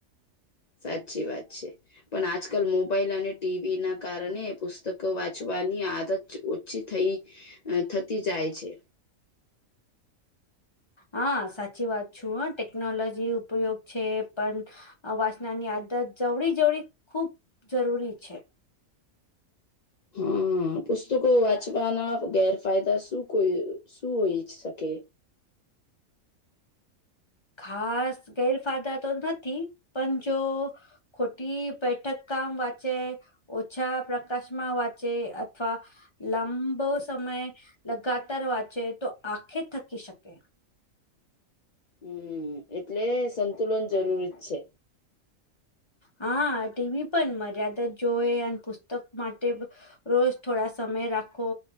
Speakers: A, on the left; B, on the left.
A: સાચી વાત છે, પણ આજકાલ મોબાઈલ અને ટીવી ના કારણે પુસ્તકો વા વાચવાની આદત ઓછી થઈ થતી જાય છે.
B: હા, સાચી વાત છે. હ ટેકનોલોજી ઉપયોગ છે, પણ વાચનાની આદત જવળી-જવળી ખૂબ જરૂરી છે.
A: હમ, પુસ્તકો વાંચવાના ગેરફાયદા શું હોય? શું ઈચ્છ શકે?
B: ખાસ ગેરફાયદા તો નથી, પણ જો ખોટી બેૈઠક કામ વાચે. ઓછા પ્રકાશમાં વાંચે, અથવા લાંબો સમય લગાતાર વાંચે, તો આખે થકી શકે.
A: હમ, એટલે સંતુલન જરૂર જ છે.
B: હા, ટીવી પણ મર્યાદિત જોએ, અને પુસ્તક માટે રોજ થોડા સમય રાખો